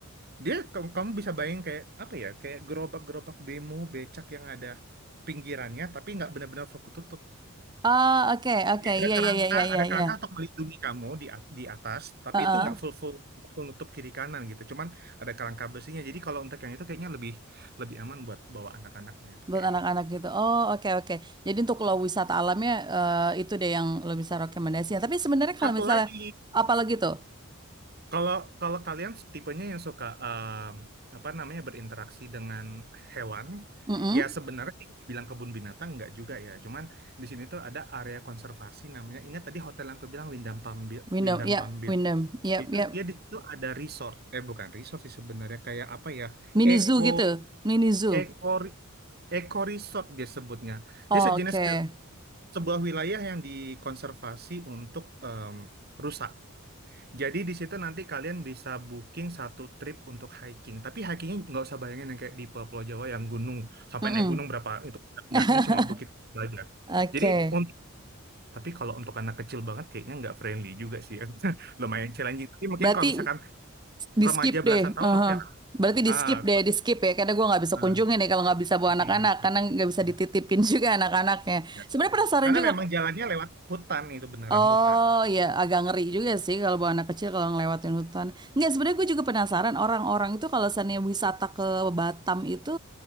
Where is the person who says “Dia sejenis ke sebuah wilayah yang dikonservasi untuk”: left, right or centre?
Right